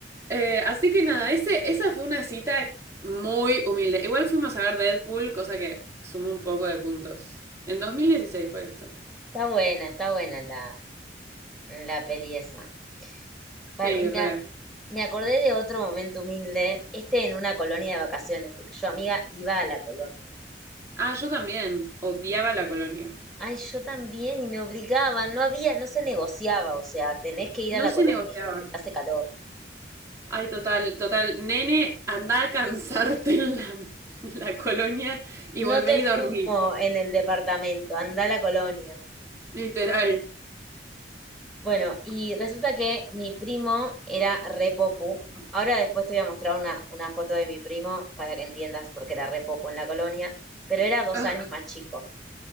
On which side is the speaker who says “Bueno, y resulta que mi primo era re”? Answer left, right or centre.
Centre